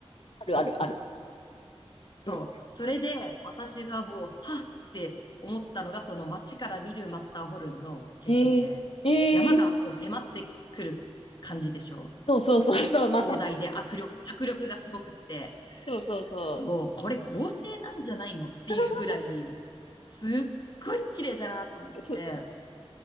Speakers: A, on the left (about 60°); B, on the left (about 45°).
A: あるあるある。うん。
B: そう。それで私がもう、はっって思ったのが、その街から見るマッターホルンの景色で、
A: ええええ
B: 山がこう迫ってくる感じでしょ
A: そうそうそうそう、
B: 壮大で迫力、
A: まさし
B: 迫力がすごくって、
A: そうそうそう。
B: そう、これ合成なんじゃないのっていうぐらい、
A: <laughs>
B: すっごい綺麗だなと思って、
A: そう、